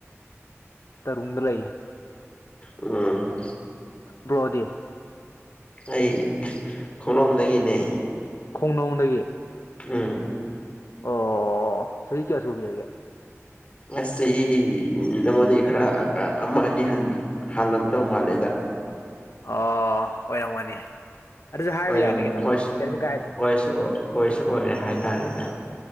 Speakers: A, on the left; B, on the left.
A: ꯇꯔꯨꯡꯗ ꯂꯩꯌꯦ
B: ꯎꯝ
A: ꯕ꯭ꯔꯣꯗꯤ
B: ꯑꯩ ꯈꯣꯡꯂꯣꯝꯗꯒꯤꯅꯦ
A: <unintelligible>
B: ꯎꯝ
A: ꯑꯣ ꯆꯍꯤ ꯀꯌꯥ ꯁꯨꯕꯤꯔꯒꯦ
B: ꯉꯁꯤ ꯅꯪꯉꯣꯟꯗꯒꯤ ꯈꯔ ꯑꯃ ꯑꯅꯤ ꯍꯥꯜꯂꯝꯗꯧ ꯃꯥꯜꯂꯦꯗ
A: ꯑꯣ ꯑꯣꯏꯔꯝꯒꯅꯤ ꯑꯗꯨꯁꯨ ꯍꯥꯏꯕ
B: ꯑꯣꯏꯔꯝ
A: ꯌꯥꯅꯤ ꯀꯩꯅꯣ
B: ꯑꯣꯏ
A: ꯀꯩ- ꯀꯩꯁꯨ ꯀꯥꯏꯗꯦꯅꯤ
B: ꯑꯣꯏꯁꯨ ꯑꯣꯏꯁꯨ ꯑꯣꯏꯔꯦ ꯍꯥꯏꯇꯥꯔꯦꯅꯦ